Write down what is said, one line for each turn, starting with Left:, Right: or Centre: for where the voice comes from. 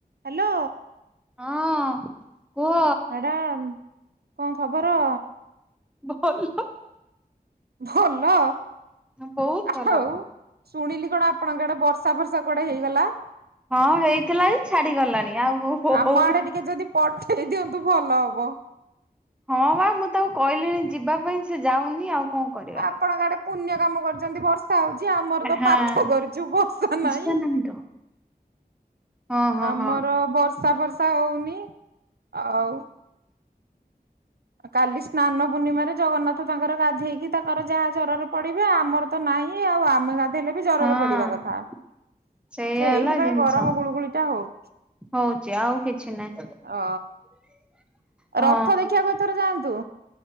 Right: ହ୍ୟାଲୋ।
Centre: ହଁ। କୁହ।
Right: ମ୍ୟାଡମ, କଣ ଖବର?
Centre: ଭଲ।
Right: ଭଲ।
Centre: ବହୁତ
Right: ଆଉ
Centre: ଭଲ
Right: ଶୁଣିଲି କଣ ଆପଣଙ୍କ ଆଡେ ବର୍ଷା ପର୍ଷା କୁଆଡେ ହେଇଗଲା।
Centre: ହଁ ହେଇଥିଲା ଯେ ଛାଡିଗଲାଣି। ଆଉ
Right: ଆମ
Centre: ହଉନି।
Right: ଆଡେ ଟିକେ ଯଦି ପଠେଇ ଦିଅନ୍ତୁ ଭଲ ହବ।
Centre: ହଁ ବା ମୁଁ ତାକୁ କହିଲିଣି ଯିବା ପାଇଁ ସେ ଯାଉନି ଆଉ। କଣ କରିବା।
Right: ଆପଣଙ୍କ ଆଡେ ପୁଣ୍ୟ କାମ କରି ଛନ୍ତି ବର୍ଷା ହଉଛି, ଆମର ତ
Centre: ହଁ
Right: ପାପ କରିଛୁ ବର୍ଷା ନାଇଁ।
Centre: ଇଶା ନାନୀ ର ହଁ ହଁ
Right: ଆମର
Centre: ହଁ
Right: ବର୍ଷା ଫର୍ଷା ହଉନି। ଆଉ। କାଲି ସ୍ନାନ ପୂର୍ଣ୍ଣିମାରେ ଜଗନ୍ନାଥ ତାଙ୍କର ଗାଧେଇକି ତାଙ୍କର ଯାହା ଜ୍ୱରରେ ପଡିବେ, ଆମର ତ ନାହିଁ ଆଉ ଆମେ ଗାଧେଇଲେ ବି ଜ୍ୱରରେ
Centre: ହଁ
Right: ପଡିବା କଥା।
Centre: ସେଇଆ
Right: ସେଇଥିପାଇଁ
Centre: ହେଲା ଜିନିଷ
Right: ଗରମ ଗୁଳୁଗୁଳିଟା ହଉଚି
Centre: ହଉଛି, ଆଉ କିଛି ନାହିଁ।
Right: ଅ।
Centre: ହଁ
Right: ରଥ ଦେଖିଆକୁ
Centre: ହଁ
Right: ଏଥର ଯାଆନ୍ତୁ।